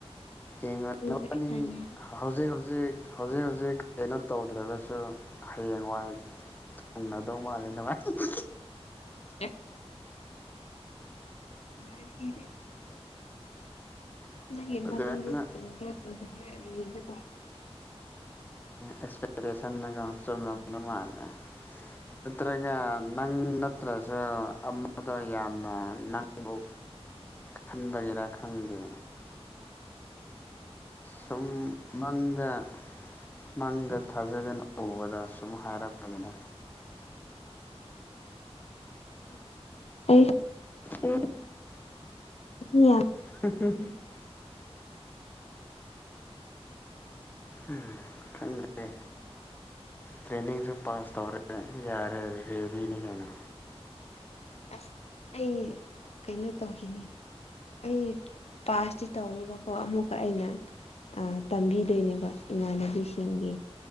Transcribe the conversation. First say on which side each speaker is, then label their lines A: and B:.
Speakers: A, on the left; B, on the left.
A: ꯌꯦꯡꯉꯣ ꯅꯥꯕꯅꯤ
B: ꯑꯦꯛꯁꯄꯔꯤꯃꯦꯟ
A: ꯍꯧꯖꯤꯛ ꯍꯧꯖꯤꯛ ꯍꯧꯖꯤꯛ ꯍꯧꯖꯤꯛ ꯀꯩꯅꯣ ꯇꯧꯗ꯭ꯔꯒꯁꯨ ꯍꯌꯦꯡꯋꯥꯏ ꯊꯨꯡꯅꯗꯧ ꯃꯥꯜꯂꯤ ꯅꯥꯕꯅꯤ
B: ꯁꯤꯐ ꯃꯥꯔꯤ ꯅꯪꯒꯤ ꯃꯪꯗꯣ
A: ꯑꯗꯨꯃꯥꯏꯅ
B: ꯆꯨꯝꯒꯦ ꯑꯗꯨ ꯀꯦ
A: ꯑꯦꯛꯁꯄꯦꯛꯇꯦꯁꯟ ꯆꯨꯝꯂꯝꯝꯗꯧ ꯃꯥꯜꯂꯦ ꯅꯠꯇ꯭ꯔꯒ ꯃꯪ ꯅꯠꯇ꯭ꯔꯁꯨ ꯑꯃꯗ ꯌꯥꯝꯅ ꯅꯪꯕꯨ ꯈꯟꯕꯒꯦꯔꯥ ꯈꯪꯗꯦ ꯁꯨꯝ ꯃꯪꯗ ꯃꯪꯗ ꯊꯥꯖꯗꯅ ꯎꯕꯗꯣ ꯁꯨꯝ ꯍꯥꯏꯔꯛꯄꯅꯤꯗ
B: ꯑꯩ
A: ꯎꯝ
B: ꯍ
A: <unintelligible> ꯎꯝ ꯊꯪꯗ ꯇ꯭ꯔꯦꯅꯤꯡꯁꯨ ꯄꯥꯁ ꯇꯧꯔꯦ ꯌꯥꯔꯦ ꯔꯦꯗꯤꯅꯤ ꯀꯩꯅꯣ
B: ꯑꯁ ꯑꯩ ꯀꯩꯅꯣ ꯇꯧꯈꯤꯅꯤ ꯑꯩ ꯄꯥꯁꯇꯤ ꯇꯧꯔꯦꯕꯀꯣ ꯑꯃꯨꯛꯀ ꯑꯩꯅ ꯇꯝꯕꯤꯗꯣꯏꯅꯦꯕ ꯏꯃꯥꯟꯅꯕꯤꯁꯤꯡꯒꯤ